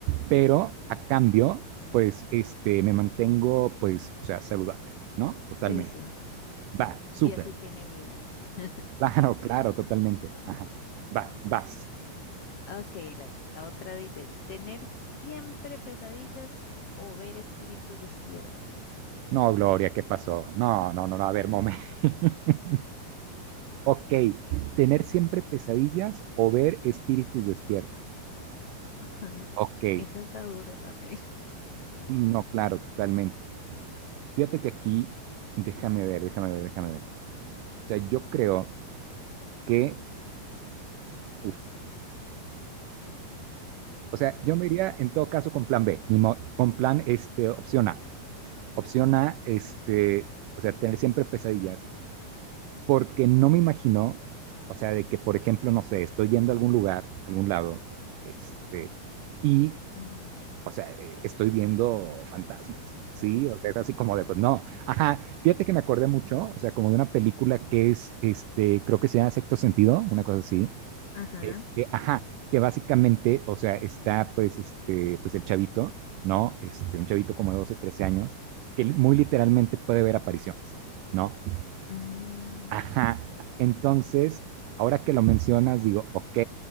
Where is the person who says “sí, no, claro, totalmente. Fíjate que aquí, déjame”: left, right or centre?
Right